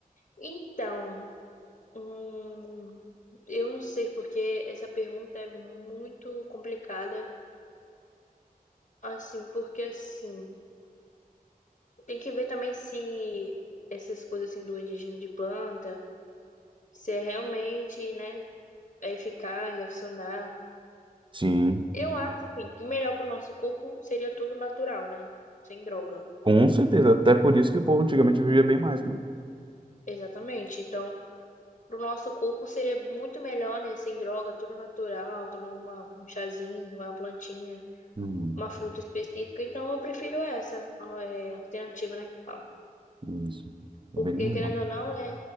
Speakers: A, on the left (about 60°); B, on the right (about 35°).
A: Então, hum, eu não sei porque essa pergunta é muito complicada, assim, porque assim, tem que ver também se essas coisas assim do indígena de planta, se é realmente, né? é eficaz, vai funcionar.
B: Sim,
A: Eu acho assim, que melhor para o nosso corpo seria tudo natural, né? Sem droga.
B: com certeza. Até por isso que o povo antigamente vivia bem mais, né?
A: Exatamente. Então, para o nosso corpo seria muito melhor, né? Sem droga, tudo natural, tomar uma, um chazinho, uma plantinha,
B: Hum,
A: uma fruta específica. Então, eu prefiro essa ó, é, alternativa, né? que fala.
B: isso. Bem
A: Porque,
B: melhor.
A: querendo ou não, né?